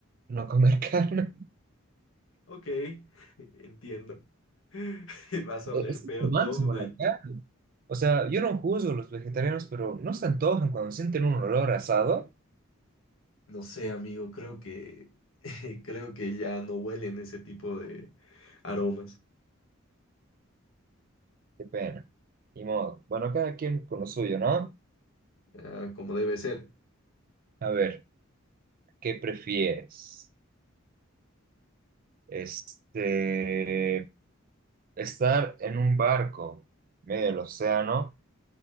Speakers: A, on the right; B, on the left.
A: no comer <laughs> carne.
B: Ok, <laughs> entiendo. <laughs> Vas
A: Es
B: a oler feo
A: es lo máximo
B: todo un
A: la
B: año.
A: carne. O sea, yo no juzgo a los vegetarianos, pero no se antojan cuando sienten un olor a asado.
B: No sé, amigo, creo que <laughs> creo que ya no huelen ese tipo de aromas,
A: Qué pena. Ni modo. Bueno, cada quien con lo suyo, ¿no?
B: ah, como debe ser.
A: A ver, ¿qué prefieres? Este, estar en un barco medio del océano